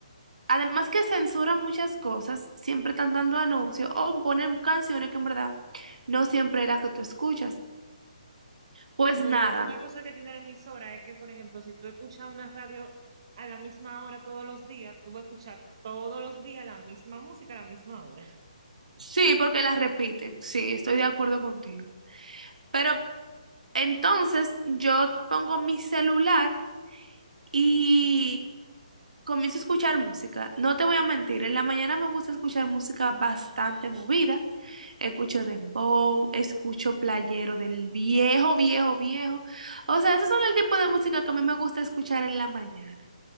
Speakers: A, on the right; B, on the right.
A: además que censuran muchas cosas, siempre están dando anuncios o ponen canciones que en verdad no siempre es la que tú escuchas. Pues
B: no,
A: nada,
B: y una cosa que tiene la emisora es que, por ejemplo, si tú escuchas una radio a la misma hora todos los días, tú vas a escuchar todos los días la misma música a la misma hora.
A: sí, porque las repiten, sí, estoy de acuerdo contigo. Pero entonces yo pongo mi celular. Y comienzo a escuchar música. No te voy a mentir, en la mañana me gusta escuchar música bastante movida. Escucho dembow, escucho playero del viejo, viejo, viejo. O sea, esos son el tipo de música que a mí me gusta escuchar en la mañana.